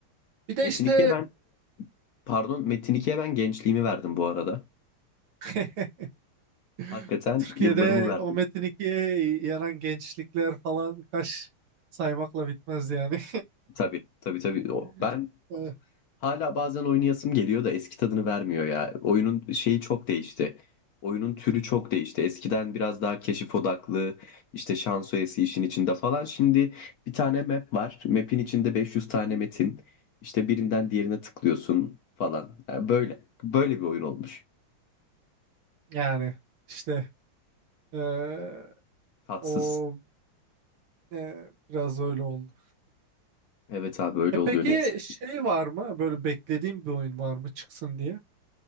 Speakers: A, on the right; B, on the left.
A: bir de
B: Metin
A: işte
B: 2'ye ben, pardon Metin 2'ye ben gençliğimi verdim bu arada.
A: eh,
B: Hakikaten
A: <laughs> Türkiye'de
B: yıllarımı verdim.
A: o Metin 2'ye yanan gençlikler falan kaç saymakla bitmez yani.
B: Tabii, tabii, tabii. O,
A: <laughs>
B: ben
A: Eh,
B: Hala bazen oynayasım geliyor da eski tadını vermiyor ya. Oyunun şeyi çok değişti. Oyunun türü çok değişti. Eskiden biraz daha keşif odaklı, işte şans oyası işin içinde falan. Şimdi bir tane map var. Map'in içinde 500 tane metin. İşte birinden diğerine tıklıyorsun falan. Yani böyle. Böyle bir oyun olmuş.
A: Yani işte eee,
B: Tatsız.
A: o eee, biraz öyle oldu.
B: Evet abi öyle
A: E peki
B: oluyor ne yazık.
A: şey var mı? Böyle beklediğim bir oyun var mı çıksın diye?